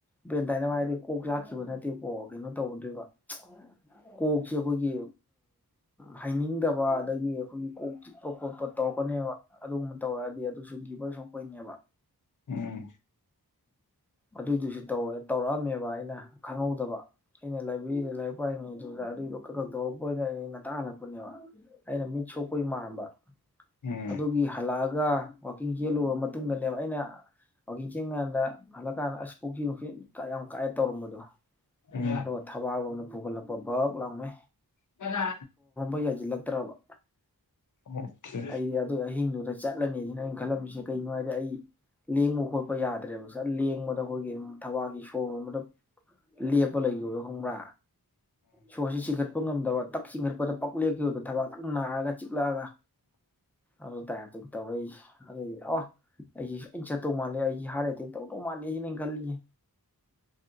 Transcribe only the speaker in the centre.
ꯕ꯭ꯔꯦꯟꯇꯥꯏꯅꯕ ꯍꯥꯏꯔꯗꯤ ꯀꯣꯛ ꯆꯥꯛꯈꯤꯕ ꯅꯠꯇꯦꯀꯣ ꯀꯩꯅꯣ ꯇꯧꯒꯗꯣꯏꯕ ꯆ ꯀꯣꯛꯁꯤ ꯑꯩꯈꯣꯏꯒꯤ ꯍꯩꯅꯤꯡꯗꯕ ꯑꯗꯒꯤ ꯑꯩꯈꯣꯏꯒꯤ ꯀꯣꯛ ꯆꯤꯛꯄ ꯈꯣꯠꯄ ꯇꯧꯔꯛꯀꯅꯦꯕ ꯑꯗꯨꯒꯨꯝꯕ ꯇꯧꯔꯛꯑꯗꯤ ꯑꯗꯨꯁꯨ ꯂꯤꯚꯔ ꯁꯣꯛꯄꯩꯅꯦꯕ
ꯑꯗꯨꯏꯗꯨꯁꯨ ꯇꯧꯋꯦ ꯇꯧꯔꯛꯑꯝꯃꯦꯕ ꯑꯩꯅ ꯈꯪꯍꯧꯗꯕ ꯑꯩꯅ ꯂꯥꯏꯕ꯭ꯔꯤꯗ ꯂꯥꯏꯔꯤꯛ ꯄꯥꯏꯉꯩꯗꯨꯗ ꯑꯗꯨꯏꯗꯣ ꯈ ꯈ ꯇꯧꯔꯛꯄ ꯑꯣꯏꯖꯥꯠꯅꯤꯗ ꯑꯩꯅ ꯃꯤꯠ ꯁꯣꯛꯄꯒꯤ ꯃꯥꯟꯕ
ꯑꯗꯨꯒꯤ ꯍꯜꯂꯑꯒ ꯋꯥ ꯋꯥꯛꯀꯤꯡ ꯆꯦꯜꯂꯨꯔꯕ ꯃꯇꯨꯡꯗꯅꯦꯕ ꯑꯩꯅ ꯋꯥꯛꯀꯤꯡ ꯆꯦꯟ ꯀꯥꯟꯗ ꯍꯜꯂꯛꯀꯥꯟꯗ ꯑꯁ <inaudible> ꯌꯥꯝ ꯀꯥꯏꯑꯦ ꯇꯧꯔꯝꯕꯗꯣ
ꯑꯗꯣ ꯊꯕꯥꯒꯨꯝꯅ ꯄꯨꯍꯜꯂꯛꯄ ꯕꯛ ꯂꯥꯎꯃꯦ
ꯍꯣꯏ ꯌꯥꯖꯤꯜꯂꯛꯇ꯭ꯔꯕ
ꯑꯩꯗꯤ ꯑꯗꯨ ꯑꯍꯤꯡꯗꯨꯗ ꯆꯠꯂꯅꯤꯁꯤꯅ ꯑꯩꯅ ꯈꯜꯂꯝꯃꯤꯁꯦ ꯀꯩꯒꯤꯅꯣ ꯍꯥꯏꯗꯤ ꯑꯩ ꯂꯦꯡꯕ ꯈꯣꯠꯄ ꯌꯥꯗ꯭ꯔꯦꯕ ꯁꯠ ꯂꯦꯡꯕꯗ ꯑꯩꯈꯣꯏꯒꯤ ꯊꯋꯥꯒꯤ ꯁꯣꯔ ꯍꯣꯟꯕꯗ ꯂꯦꯞꯄ ꯂꯩꯒꯤꯕꯗꯣ ꯈꯪꯕ꯭ꯔꯥ ꯁꯣꯔꯁꯤ ꯆꯤꯡꯈꯠꯄ ꯉꯝꯗꯕ ꯇꯛ <inaudible> ꯗ ꯄꯛꯂꯦꯞꯈꯤꯕꯗꯣ ꯊꯕꯥꯛ ꯅꯥꯔꯒ ꯆꯤꯛꯂꯛꯑꯒ ꯑꯗꯨ ꯇꯥꯏꯞꯇ ꯇꯧꯔꯛꯏꯁꯦ ꯑꯗꯨꯒꯤ ꯑꯣ ꯑꯩꯖꯤ ꯁꯣꯏꯅ ꯆꯠꯇꯧ ꯃꯥꯜꯂꯦ ꯑꯩꯒꯤ ꯍꯥꯔꯠ ꯑꯦꯇꯦꯛ ꯇꯧꯗꯧ ꯃꯥꯜꯂꯦꯁꯤꯅꯦꯅ ꯑꯩꯅ ꯈꯜꯂꯤꯖꯦ